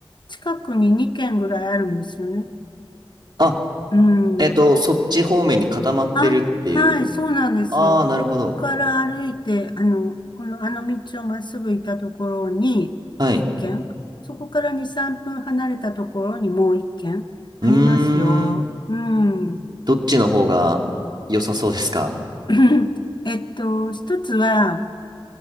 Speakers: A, on the left; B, on the right.
A: 近くに2軒ぐらいあるんですよね。
B: あ、
A: うん。
B: えっと、そっち方面に固まってるっていう。
A: あ、はい、そうなんですよ。
B: ああ、なるほど。
A: ここから歩いて、あの、この、あの道をまっすぐ行ったところに1軒、
B: はい。
A: そこから2、3分離れたところにもう1軒ありますよ。
B: うーん。
A: うん。
B: どっちの方が良さそうですか
A: <clears throat> えっと、一つは、